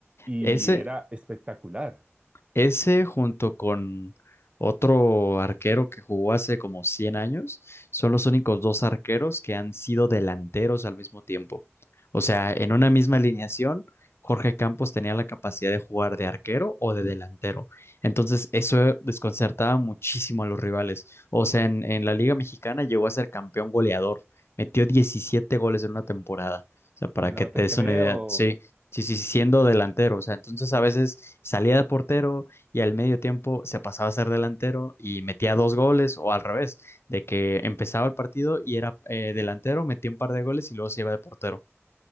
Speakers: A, on the right; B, on the left.
A: y
B: Ese,
A: era espectacular.
B: Ese junto con otro arquero que jugó hace como 100 años, son los únicos dos arqueros que han sido delanteros al mismo tiempo. O sea, en una misma alineación, Jorge Campos tenía la capacidad de jugar de arquero o de delantero. Entonces, eso desconcertaba muchísimo a los rivales. O sea, en, en la Liga Mexicana llegó a ser campeón goleador. Metió 17 goles en una temporada. O sea, para
A: No
B: que te
A: te
B: des
A: creo,
B: una idea. Sí, sí, sí, siendo delantero. O sea, entonces a veces salía de portero, y al medio tiempo se pasaba a ser delantero y metía dos goles o al revés, de que empezaba el partido y era eh, delantero, metía un par de goles y luego se iba de portero.